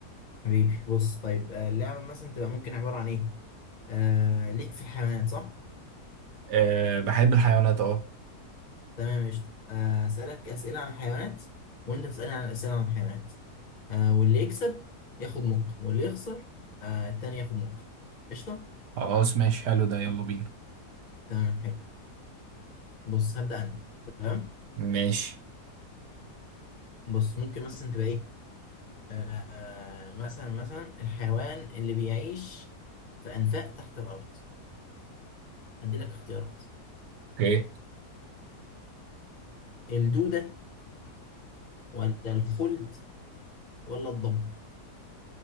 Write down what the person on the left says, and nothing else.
حبيبي بص طيب آه اللعبه مثلا تبقى ممكن عباره عن ايه آه ليك في الحيوانات صح
تمام قشطة آه، أسألك أسئلة عن الحيوانات وأنت تسألني عن أسئلة عن الحيوانات آه، واللي يكسب ياخد نقطة واللي يخسر آه، التاني ياخد نقطة قشطة
تمام حلو بص هبدأ أنا تمام
بص ممكن مثلا تبقى إيه آه، مثلا مثلا الحيوان اللي بيعيش في أنفاق تحت الأرض هدي لك اختيارات
الدودة ولا الخلد ولا الضب